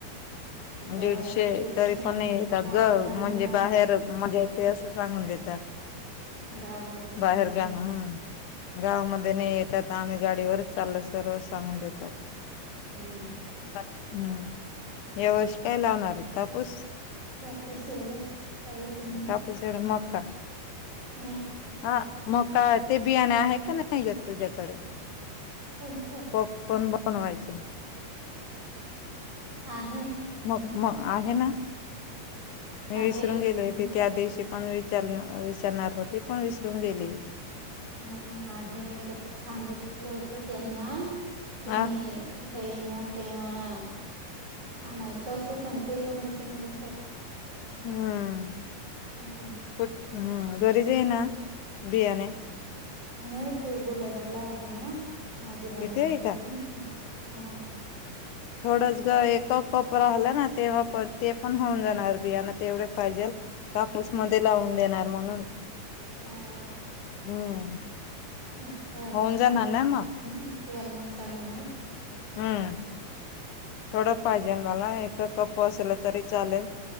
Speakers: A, on the right; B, on the left.
A: गावामध्ये
B: दीडशे
A: दीडशे
B: तरी
A: म्हणून
B: पण येतात ग म्हणजे बाहेर म्हणजे ते असं सांगून देतात
A: गावामध्ये कोणीच
B: बाहेर
A: नाही
B: गा ह गावामध्ये तेनी येतात आम्ही गाडीवरच चाल सर्व सांगून देतात.
A: हम्म.
B: हम्म यावर्षी काय लावणारये? कापूस.
A: कापूस एवढंच काहीच नाही
B: कापूस एवढ मका
A: नाही
B: हा मग का ते बियाणे आहे का नाही ग तुझ्याकडे
A: कोणत
B: पप पण बनवायचे
A: आहे
B: मग मग आहे ना मी
A: आहे
B: विसरून गेलो होते त्या दिवशी पण विचारण विचारणार होती पण विसरून गेली
A: हम् आहे मी पण सांगितलं होत त्यांना तुम्ही
B: हा
A: येणार तेव्हा आणायचं असं पण ते पण विसरून जातात
B: हम्म
A: हम्म
B: कठ हम्म घरी जईना बियाणे
A: नय ते बोलाण्याला आहे ना माझी ननंद
B: तिथे आहे
A: कड
B: का
A: हम्म
B: थोडच ग एकच कोपरा हल्ला ना तेव्हा पण ते पण होऊन जाणार बियाण तेवढे पाहिजेल कापूसमध्ये लावून देणार म्हणून
A: हम्म
B: हम्म
A: आता
B: होऊन जाणार
A: सांग
B: ना मग
A: त्यांना सांगणार
B: हम्म थोडं पाहिजेल मला एक कप असलं तरी चालेल